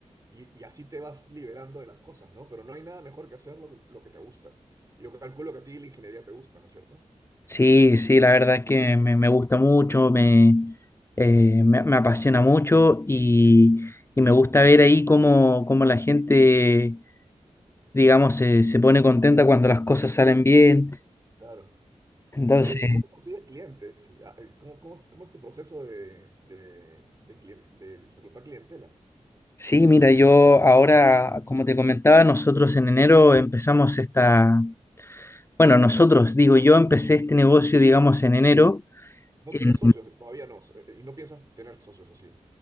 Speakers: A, on the right; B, on the left.
A: y, y así te vas liberando de las cosas, ¿no? Pero no hay nada mejor que hacer lo que, lo que te gusta. Y yo calculo que a ti la ingeniería te gusta, ¿no es cierto?
B: Sí, sí, la verdad es que me, me gusta mucho, me, eh, me, me apasiona mucho y, y me gusta ver ahí cómo, cómo la gente, digamos, se, se pone contenta cuando las cosas salen bien.
A: Claro.
B: Entonces,
A: Oye, ¿y cómo consigues clientes? Ah, eh, ¿Cómo, cómo, cómo es tu proceso de, de, de, clien- de reclutar clientela?
B: sí, mira, yo ahora, como te comentaba, nosotros en enero empezamos esta Bueno, nosotros, digo, yo empecé este negocio, digamos, en enero.
A: No
B: En-
A: tienes socios, todavía no, eh, y no piensas tener socios, ¿o sí?